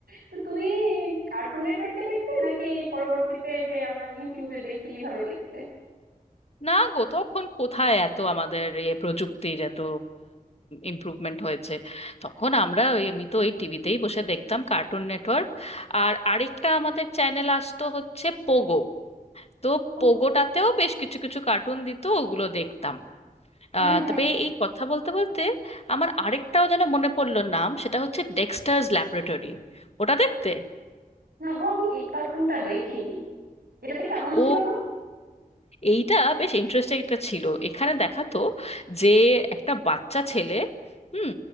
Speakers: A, on the right; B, on the left.
A: তো তুমি কার্টুন নেটওয়ার্কে দেখতে নাকি পরবর্তীতে যে আমরা ইউটিউবে দেখি এইভাবে দেখতে
B: না গো তখন কোথায় এত আমাদের এ প্রযুক্তির এত ইমপ্রুভমেন্ট হয়েছে তখন আমরা ওই আমি তো ওই টিভিতেই বসে দেখতাম কার্টুন নেটওয়ার্ক আর আরেকটা আমাদের চ্যানেল আসতো হচ্ছে পোগো তো
A: ও,
B: পোগোটাতেও বেশ কিছু কিছু কার্টুন দিত ওগুলো দেখতাম
A: হ্যাঁ
B: আহ,
A: হ্যাঁ
B: তবে এই কথা বলতে বলতে আমার আরেকটাও যেন মনে পড়লো নাম সেটা হচ্ছে ডেক্সটার্স ল্যাবরেটরি ওটা দেখতে
A: না গো আমি এই কার্টুনটা দেখিনি এটাতে কেমন
B: ও
A: ছিল গো
B: এইটা বেশ ইন্টারেস্টিং একটা ছিল এখানে দেখাতো যে একটা বাচ্চা ছেলে হুম